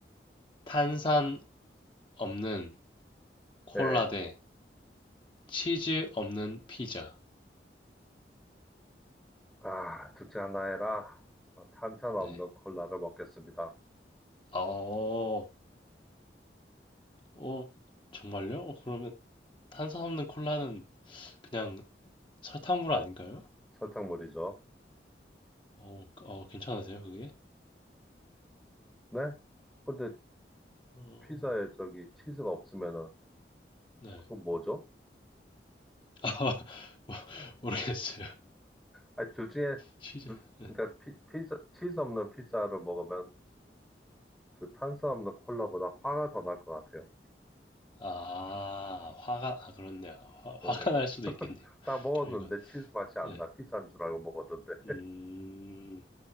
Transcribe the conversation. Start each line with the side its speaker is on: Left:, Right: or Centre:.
Left: 탄산 없는 콜라
Centre: 네.
Left: 대 치즈 없는 피자.
Centre: 아, 둘째 하나 해라. 아, 탄산 없는
Left: 네.
Centre: 콜라를 먹겠습니다.
Left: 어, 어, 정말요? 어, 그러면 탄산 없는 콜라는 그냥 설탕물 아닌가요?
Centre: 설탕물이죠.
Left: 어, 어, 괜찮으세요, 그게?
Centre: 네? 근데
Left: 어,
Centre: 피자에 저기 치즈가 없으면은
Left: 네.
Centre: 그거 뭐죠?
Left: 아, <laughs> 모르겠어요.
Centre: 아니, 둘 중에,
Left: 시작.
Centre: 둘-
Left: 네.
Centre: 그러니까 피, 피자, 치즈 없는 피자를 먹으면 그 탄수화물 콜라보다 화가 더 날 것 같아요.
Left: 아, 화가, 아, 그렇네요. 화, 화가
Centre: 음.
Left: 날 수도 있겠네요.
Centre: 딱 먹었는데
Left: 저희가,
Centre: 치즈 맛이 안
Left: 네.
Centre: 나. 피자인 줄 알고 먹었는데.
Left: 음,